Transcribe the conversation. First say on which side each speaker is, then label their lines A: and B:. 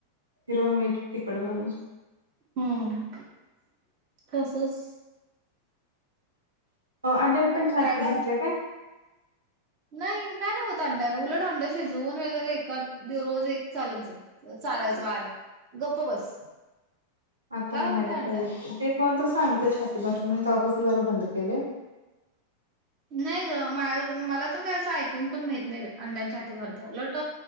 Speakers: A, on the right; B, on the right.
A: जिरं, मीठ तिखट घालून
B: हम्म, तसंच
A: अंड्यान पण छाती
B: डायरेक्ट आमची
A: भरत्या काय?
B: नाही काय नाही होत अंड्यान. उलट अंड शिजवून वगैरे एका रोज एक चालत जा चारायचं बाळाला. गप्प बस
A: आता
B: काय
A: आणायला
B: म्हणता
A: पाहिजे, ते कोणतर सांगितलं छाती भरतेय म्हणून तवापासून जरा बंद केलंय.
B: नाही ग मा मला तर काय असं ऐकून पण माहित नाही बई अंड्यांन छाती भरत्या. उलट